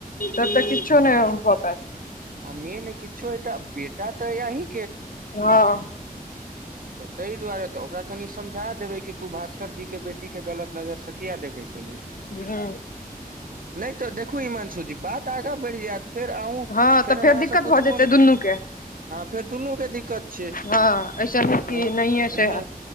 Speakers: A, on the left (about 65°); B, on the right (about 65°).
A: त तऽ किछु नहि भ पाअत
B: आ मेन किछो या तऽ बेटा तऽआय अही
A: हँ
B: <inaudible> तऽ ताहि दुआरे तऽ ओकरा कनि समझा देबै कि तू भास्कर जी के बेटी के गलत नजर से किया देखै छलहि
A: ह
B: नहि तऽ देखू हिमांशु जी बात आगाँ बढ़ जायत फेर अन्हु
A: हँ तऽ
B: अहाँ
A: फेर दिक्कत
B: पूछबो
A: भऽ जेतै
B: न
A: दुनू के
B: फेर दुनू के दिक तिक्कत छै
A: हँ ऐसन कि
B: हँ
A: नहिये से
B: हँ